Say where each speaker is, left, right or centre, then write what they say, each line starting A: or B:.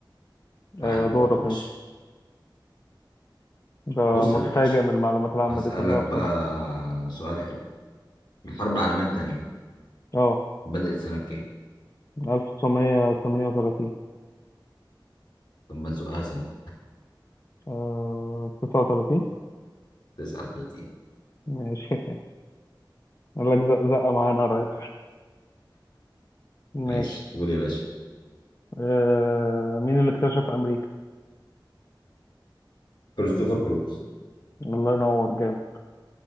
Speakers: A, on the left; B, on the left.
A: تعادل
B: آه دورك
A: برضو يا باشا
B: انت ده
A: بص
B: متفاجئ
A: يا باشا
B: من المعلومات العامه
A: هسألك
B: دي كلها
A: بقى
B: بصراحه
A: سؤال حلو الحرب العالمية التانية
B: اه
A: بدأت سنة كام؟
B: 1938
A: طب ما تزقها سنة
B: آه 39
A: 39
B: ماشي <laughs> قال لك زق زقة معانا قريب ماشي
A: ماشي قول يا باشا
B: آه مين اللي اكتشف أمريكا؟
A: كريستوفر كولومبوس
B: الله ينور جامد